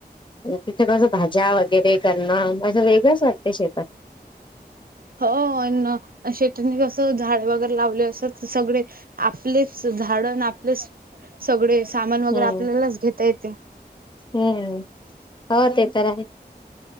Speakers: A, on the left; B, on the right.
A: तिथे माझ भाज्या वगैरे करणं माझं वेगळंच वाटते शेतात.
B: हो शेतीनी कसं झाडे वगैरे लावले असत तर सगळे आपलेच झाड आपले सगळे सामान वगैरे
A: हम्म
B: आपल्यालाच घेता येते.
A: हम्म हो ते तर आहेच